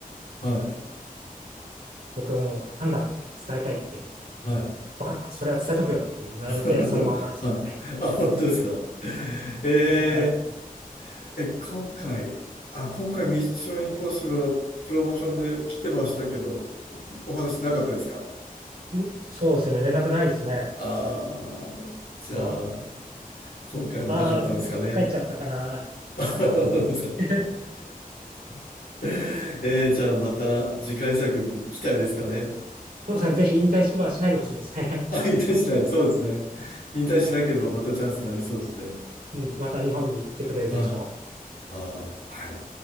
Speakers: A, on the left; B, on the right.
A: はい。
B: 僕もファンだって伝えたいって、
A: はい。
B: 分かった、それは伝えとくよって言われて、
A: <laughs> はい。
B: そのまんまですけどね。
A: あ、本当ですか。えー、
B: 結局会えずに、
A: え、今回、あ、今回ミッションインポッシブルのプロモーションで来てましたけど、お話なかったですか
B: うんそうですね、連絡ないですね。
A: ああー、じゃあ、
B: あ、
A: 今回はなかったんですかね。
B: あー、帰っちゃったかな。
A: <laughs> じゃあ
B: <laughs>
A: <laughs> えー、じゃあまた次回作に期待ですかね。
B: そうですね、ぜひ引退はしないでほしいですね。
A: あ、引退しない。そうですね。引退しなければまたチャンスがありそうですね。
B: <laughs> うん、また日本に来てくれるでしょう。
A: はい。ああ、はい。